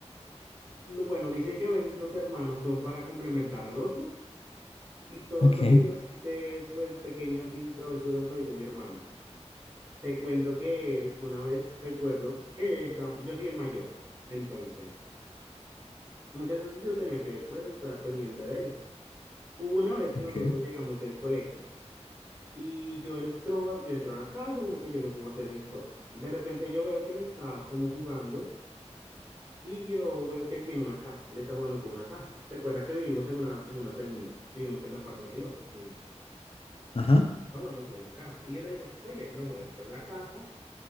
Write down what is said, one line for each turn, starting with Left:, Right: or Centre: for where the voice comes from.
Right: No, bueno, dicen que a veces los hermanos son para complementar al otro y todo
Left: Ok,
Right: lo que yo no hice, pues pequeño así de travesuras, lo hizo mi hermano. Te cuento que él, una vez recuerdo que está- yo soy el mayor, entonces muchas veces yo tenía que pues estar pendiente de él. Hubo una vez que
Left: Ok.
Right: nosotros llegamos del colegio y yo entro, a- yo entro a la casa, como que yo me pongo a hacer mis cosas. De repente yo veo que él está como jugando y yo veo que él tiene una caja, él está jugando con una caja. Recuerda que vivimos en una, en una segunda, vivimos en la parte de arriba, en una casa.
Left: Ajá.
Right: Está jugando con una caja. Y yo le digo, oye, no juegues con la caja.